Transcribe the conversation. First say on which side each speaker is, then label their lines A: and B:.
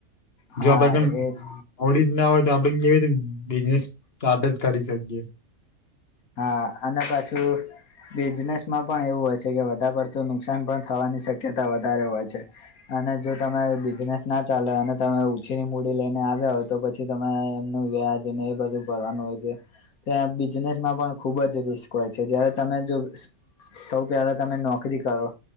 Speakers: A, on the left; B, on the left.
A: હા
B: જો આપડે, <unintelligible>
A: એજ
B: હોય! <unintelligible> બિઝનેસ, સ્ટાર્ટ જ કરી શકીએ.
A: હા અને પાછું બિજનેસમાં પણ એવું હોય છે, કે વધારે પડતું નુકસાન પણ થવાની શક્યતા વધારે હોય છે. અને જો તમે બિઝનેસ ના ચાલે અને તમે ઉછીની મૂડી લઈને આવ્યા હોય તો પછી તમે વ્યાજને એ બધું ભરવાનું હોય છે. <unintelligible> માં પણ ખૂબ જ રિસ્ક હોય છે, જયારે તમે જો સૌ પહેલા તમે નોકરી કરો